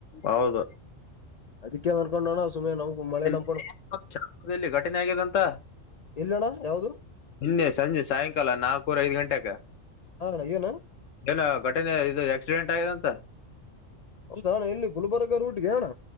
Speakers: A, on the left; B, on the left.
A: ಹೌದು
B: ಅದಕ್ಕೆ ಅನ್ಕೊಂಡೋಣ ಸುಮ್ಮನೆ ನಮ್ಗು ಮಳೆ ನಮ್
A: <unintelligible> ದಲ್ಲಿ ಘಟನೆ ಆಗ್ಯದಂತ.
B: ಎಲ್ಲಿ ಅಣ್ಣ ಯಾವ್ದು
A: ನಿನ್ನೆ ಸಂಜೆ ಸಾಯಂಕಾಲ ನಾಕುವರೆ ಐದ್ ಗಂಟೆಗ.
B: ಹಾ ಅಣ್ಣ ಏನ
A: ಏನೋ ಘಟನೆ ಇದು ಆಕ್ಸಿಡೆಂಟ್ ಆಗೆದಂತ.
B: ಹೌದ ಅಣ್ಣ ಏಲ್ಲಿ ಗುಲ್ಬರ್ಗಾ ರೂಟ್ಗೆ ಅಣ್ಣ.